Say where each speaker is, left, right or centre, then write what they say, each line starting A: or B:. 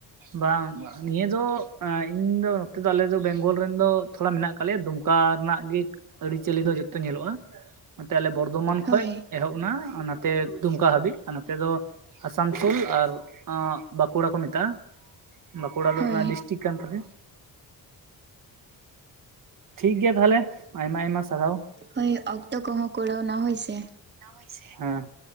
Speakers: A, on the right (about 60°); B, on the right (about 30°).
A: ᱵᱟᱝᱼᱼ ᱱᱤᱭᱟᱹ ᱫᱚ ᱤᱧ ᱫᱚ ᱱᱚᱛᱮ ᱫᱚ ᱟᱞᱮ ᱫᱚ ᱵᱮᱝᱜᱚᱞ ᱨᱮᱱ ᱫᱚ ᱛᱷᱚᱲᱟ ᱢᱮᱱᱟᱜ ᱟᱠᱟᱫ ᱞᱮᱭᱟ ᱫᱩᱢᱠᱟ ᱨᱮᱱᱟᱜ ᱜᱮᱼᱼ ᱟᱹᱨᱤᱪᱟᱹᱞᱤ ᱫᱚ ᱡᱚᱛᱚ ᱧᱮᱞᱚᱜᱼᱟ ᱱᱟᱛᱮ ᱟᱞᱮ ᱵᱚᱨᱫᱷᱚᱢᱟᱱ ᱠᱷᱚᱱ
B: ᱦᱳᱭ
A: ᱮᱦᱚᱵ ᱮᱱᱟ ᱱᱟᱛᱮᱼᱼ ᱫᱩᱢᱠᱟ ᱦᱟᱹᱵᱤᱡ ᱟᱨ ᱱᱚᱛᱮ ᱫᱚ ᱟᱥᱟᱱᱥᱳᱞ ᱟᱨ ᱵᱟᱸᱠᱩᱲᱟ ᱠᱚ ᱢᱮᱛᱟᱜᱼᱟ᱾ ᱵᱟᱸᱠᱩᱲᱟ ᱫᱚ
B: ᱦᱳᱭ
A: ᱚᱱᱟ ᱰᱤᱥᱴᱤᱠ ᱠᱟᱱ ᱛᱟᱞᱮᱭᱟ᱾ ᱴᱷᱤᱠᱜᱮᱭᱟ ᱛᱟᱦᱚᱞᱮ ᱟᱭᱢᱟ ᱟᱭᱢᱟ ᱥᱟᱨᱦᱟᱣ᱾
B: ᱦᱳᱭ ᱚᱠᱛᱚ ᱠᱚᱦᱚᱸ ᱠᱩᱲᱟᱹᱣ ᱮᱱᱟ ᱦᱳᱭ ᱥᱮᱼᱼ
A: ᱦᱳᱭ ᱥᱮ ᱦᱮᱸ